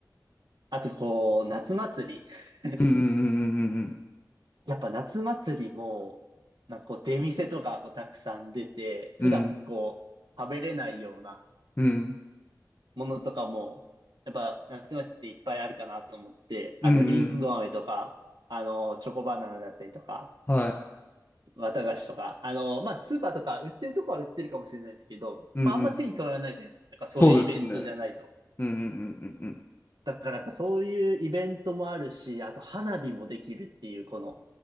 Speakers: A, on the right; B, on the left.
A: あと、こう、夏祭り。<laughs>
B: うんうんうん
A: やっぱ夏祭りも、なんかこう、出店とか、こう、たくさん出て、普段こう、
B: うんうんうん。
A: 食べれないような
B: うん、うん、
A: ものとかも、やっぱ夏祭りっていっぱいあるかなと思って、あの、
B: うんう
A: りんご飴とか、あの、チョコバナナだったりとか、
B: ん、はい。
A: 綿菓子とか、あの、まあ、スーパーとか売ってるとこは売ってるかもしれないですけど、
B: うんうん。
A: まあ、あんま手に取らないじゃないですか。やっぱそういうイベントじゃないと。
B: そうですね。うんうんうんうんうん。
A: だからやっぱそういうイベントもあるし、あと花火もできるっていう、この、